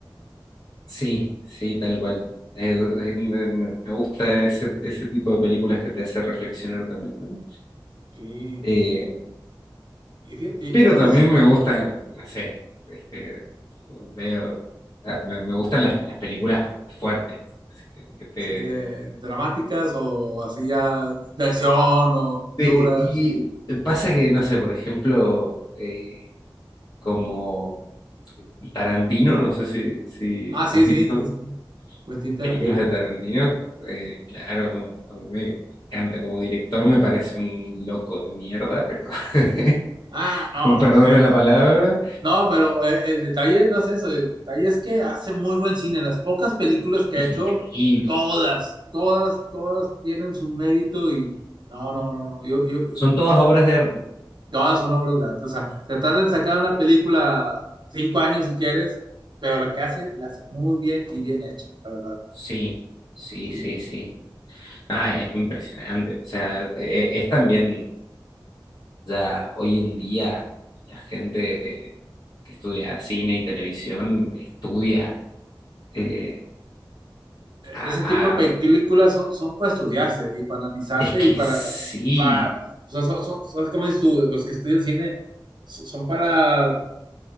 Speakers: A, on the left; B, on the right.
A: Sí, sí, tal cual. Eh, eh, me, me- me gusta ese, ese tipo de películas que te hace reflexionar también, ¿no?
B: Sí.
A: Eh,
B: Y, fíjate, y
A: pero
B: bueno,
A: también
B: y, sí,
A: me gusta, no sé, este, veo, ah, me, me gustan las, las películas fuertes. así que- que te-
B: de dramáticas o así ya de acción o aventuras.
A: de- y pasa que, no sé, por ejemplo, eh, como Tarantino, no sé si, si
B: Ah, sí,
A: has
B: sí,
A: visto.
B: sí, sí. Quentin Tarantino.
A: Películas de Tarantino, eh, claro, no, a mí me, encanta. Como director me parece un loco de mierda, pero <laughs>
B: Ah, no,
A: con
B: no,
A: perdón
B: pero,
A: de la palabra,
B: no, pero eh, el detalle no es eso. El detalle es que hace muy buen cine. Las pocas películas que
A: es
B: ha hecho,
A: increíble.
B: todas, todas, todas tienen su mérito y no, no, no, no. Yo, yo,
A: Son todas obras de arte.
B: todas son obras de arte. O sea, se tarda en sacar una película cinco años si quieres, pero la que hace, la hace muy bien y bien hecha, la verdad.
A: Sí, sí,
B: Sí.
A: sí, sí. Ah, es impresionante. O sea, e- e- es también ya hoy en día la gente que estudia cine y televisión estudia eh,
B: e-,
A: a,
B: Ese
A: a-
B: tipo de películas son, son para estudiarse y para analizarse
A: Es que
B: y para,
A: sí,
B: para o sea, son, son- son- ¿cómo dices tú? Los que estudian cine so- son para, o